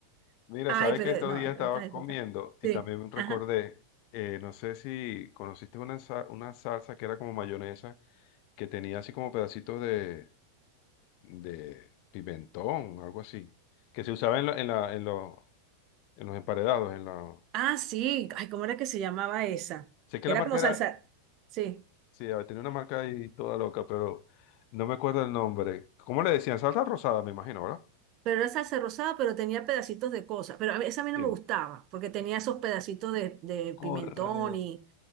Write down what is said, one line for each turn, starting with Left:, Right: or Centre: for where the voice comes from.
Left: Mira,
Right: Ay,
Left: sabes
Right: pero
Left: que estos
Right: no,
Left: días
Right: era
Left: estaba
Right: otra época.
Left: comiendo y
Right: Sí,
Left: también recordé,
Right: ajá.
Left: eh, no sé si conociste una, sa- una salsa que era como mayonesa, que tenía así como pedacitos de, de pimentón, algo así, que se usaba en, la- en, la- en, los, en los emparedados, en la...
Right: Ah, sí. Ay, ¿cómo era que se llamaba esa?
Left: Sé que
Right: Era
Left: la marca
Right: como salsa.
Left: era,
Right: Sí,
Left: sí, tenía una marca ahí toda loca, pero no me acuerdo el nombre. ¿Cómo le decían? Salsa rosada, me imagino, ¿verdad?
Right: pero era salsa rosada, pero tenía pedacitos de cosas. Pero a mí- esa a mí no
Left: Sí.
Right: me gustaba, porque tenía esos pedacitos de, de pimentón
Left: Correcto.
Right: y,